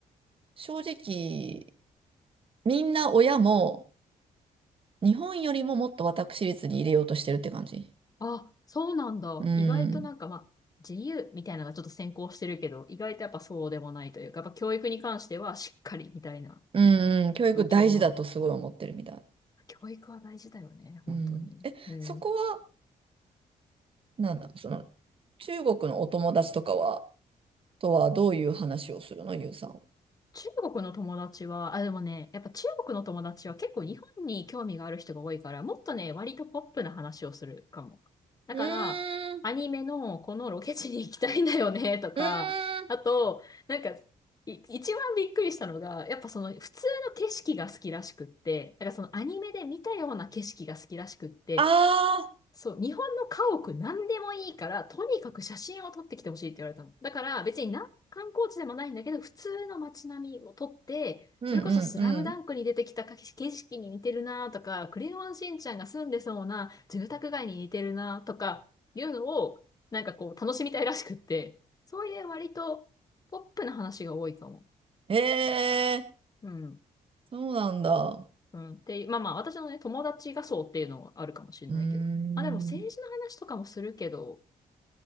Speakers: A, on the right (about 40°); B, on the left (about 25°).
A: 正直、みんな親も、日本よりももっと私立に入れようとしてるって感じ。
B: あ、そうなんだ。
A: うん。
B: 意外となんかまあ、自由みたいなのがちょっと先行してるけど、意外とやっぱそうでもないというか、やっぱ教育に関してはしっかりみたいな
A: うんうん。教育大事だとすごい思ってるみたい。
B: 部長なんだろう。教育は大事だよね、本当に。
A: うん。え、
B: うん。
A: そこは、なんだ、その、中国のお友達とかは、とはどういう話をするの、ゆうさんは。
B: 中国の友達は、あ、でもね、やっぱ中国の友達は結構日本に興味がある人が多いから、もっとね、割とポップな話をするかも。だから、
A: うーん。
B: アニメのこのロケ地に行きたいんだよね、とか、
A: うーん。
B: あと、なんか、い一番びっくりしたのが、やっぱその普通の景色が好きらしくって、だからそのアニメで見たような景色が好きらしくって、
A: ああ。
B: そう、日本の家屋何でもいいから、とにかく写真を撮ってきてほしいって言われたの。だから別にな、観光地でもないんだけど、普通の街並みを撮って、
A: うんうんうん
B: それこそスラムダンクに出てきた景色に似てるなとか、クレヨンしんちゃんが住んでそうな住宅街に似てるなとか、いうのを、なんかこう、楽しみたいらしくって、そういう割とポップな話が多いかも。
A: ええ
B: うん。
A: そうなんだ。
B: うん。で、まあまあ、私のね、友達がそうっていうのはあるかもしれないけど。
A: うーん。
B: まあでも政治の話とかもするけど、